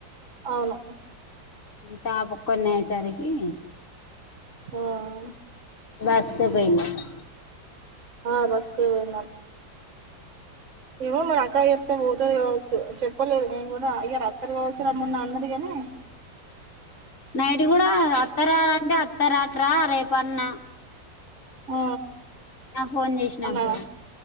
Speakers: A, on the right; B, on the left.
A: అవును
B: తాపు కొన్నయ్యే సరికి
A: హుమ్
B: బస్సు పోయిండట
A: హ బస్ కే వెళ్ళినం ఏమో మరి అక్కక్ చెప్తే పోతది కావచ్చు చెప్పలేదు నేను గుడా ఇయ్యల అత్తరు కావచ్చు రమ్మన్నా అన్నది గానీ
B: నైట్ కూడా అత్తరా రా అంటే అత్ త్త రాటరా రేప్ అన్న
A: ఆ
B: నా ఫోన్ చేసినప్పుడు
A: అన్నదా